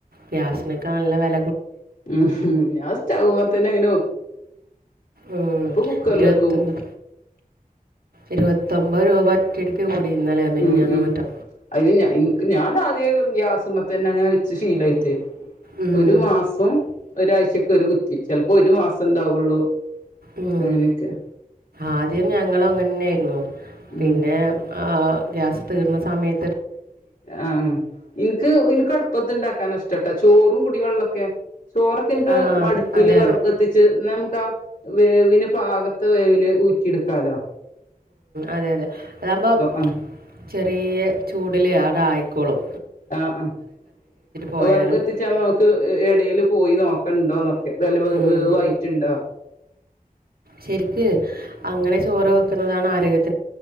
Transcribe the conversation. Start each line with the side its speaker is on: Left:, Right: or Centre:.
Right: ഗ്യാസിനൊകെ നല്ല വേല
Left: മ്‌ ഹ് അത് സ ചൗ മത്തനെ നിങ്ങനെ
Right: ഉമ്
Left: കുക്കറിലൊക്കെവും
Right: ഇരുപത്തൊന്ന് ഇരുപത്തൊൻമ്പത് രൂപ കിടക്ക കൂടി ഇന്നലെയോ മിനിഞ്ഞാന്നോ
Left: ഉമ് ഉമ്
Right: മറ്റോ
Left: അതിന് ഞാൻ എനിക്ക് ഞാനാദ്യ ഗ്യാസമത്തന്നെ അങ്ങനെ വെച്ച് ശീലയിട്ട്
Right: ഉം
Left: ഒരു മാസം ഒരാഴ്ച ഒരു കുറ്റി ചിലപ്പോ ഒരു മാസം ഉണ്ടാവുള്ളൂ.
Right: ഉം,
Left: അങ്ങനെയൊക്കെ
Right: ആദ്യം ഞങ്ങളും അങ്ങനന്നെയായിരുന്നു, പിന്നെ
Left: ഉം
Right: ആ, ഗ്യാസ് തീർന്ന സമയ
Left: ആ എനിക്ക്, എനിക്ക് അടുപ്പത്ത് ഉണ്ടാക്കാന ഇഷ്ടാട്ടാ ചോറും കുടിവെള്ള ക്കെ ചോറൊക്കെ എനിക്ക്
Right: ആഹ്
Left: അടുപ്പില്
Right: അതെ
Left: വിറക്
Right: അതെ
Left: കത്തിച്ച്, നമുക്ക് ആ വേവിന് പാക അത് വേവിന് ഊറ്റിയെടുക്കാലോ
Right: അതെ അതെ അതാവുമ്പം
Left: ആഹ്
Right: ചെറിയ ചൂടിലെ അത് ആയിക്കോളും
Left: ആ, ആ
Right: പോയാലും
Left: വിറക് കത്തിച്ചാ നമുക്ക് എടേലും പോയി നോക്കണ്ടോ വെലവ്
Right: ഉം
Left: വേവായിട്ടുണ്ടാ
Right: ശരിക്ക് അങ്ങനെ ചോറ് വെക്കുന്നതാണ് ആരോഗ്യത്തി